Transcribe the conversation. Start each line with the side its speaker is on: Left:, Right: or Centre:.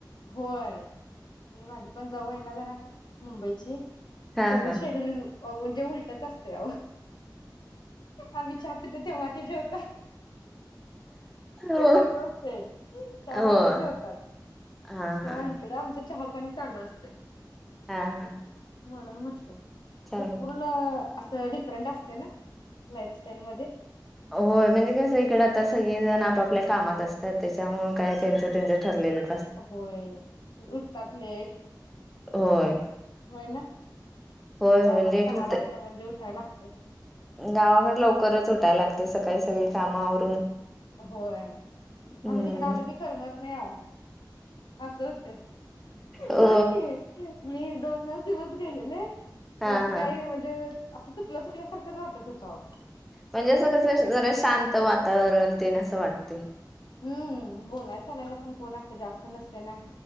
Left: होय म्हणजे माझी पण जाऊ आहे ना जरा मुंबईची
Centre: हा
Left: सगळंच
Centre: हा
Left: शेड्युल अहो ते उलटच असतय आहो आम्ही चहा पितोय तेंव्हा ती जेवतात
Centre: हो
Left: अस होतंय चार
Centre: हा
Left: वासता जेवतात.
Centre: हा
Left: तेंव्हा हिकडं ते चहा पाणी चालू असतय.
Centre: हा हा
Left: म्हणून म्हटलं. म्हणजे
Centre: चार मिनट.
Left: पूर्ण अस डिफरंट असतय ना लाईफस्टाईल मध्ये
Centre: होय म्हणजे कस इकडे आता सगळे जण आप आपल्या कामात असतात त्याच्या मूळ काय त्यांच त्यांच ठरलेलं.
Left: होय उठतात लेट
Centre: होय
Left: होय ना
Centre: होय
Left: इकडं
Centre: होय
Left: आम्हाला
Centre: लेट
Left: सहा
Centre: होत
Left: वाजता म्हणजे उठाय लागत.
Centre: गावाकडे लवकरच उठायला लागते सकाळी सगळी काम आवरून.....
Left: होय
Centre: हम्म
Left: आम्ही तिकडे आलो की करमत नाही आहो अस होते
Centre: अ
Left: होय की मी दोनच दिवस... गेलेले
Centre: हा
Left: तर असं
Centre: हा
Left: काही म्हणजे असं चुकलं चुकल्यासारखंच वाटत होतं अहो.
Centre: म्हणजे असं कसं जरा शांत वातावरण तेन वाटतंय
Left: हूं बोला चालायला पण कोण असं जास्त नसतंय ना